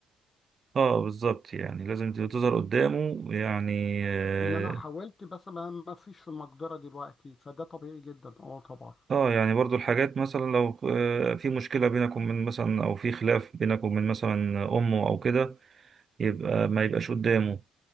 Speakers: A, on the right; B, on the left.
A: آه بالظبط يعني لازم تظهر قدامه يعني آه
B: ان انا حاولت بس ما ما فيش في المقدره دلوقتي فده طبيعي جدا اه طبعا
A: آه، يعني برضو الحاجات مثلا لو آه، في مشكلة بينك ومن مثلا أو في خلاف بينك ومن مثلا أمه أو كده يبقى ما يبقاش قدامه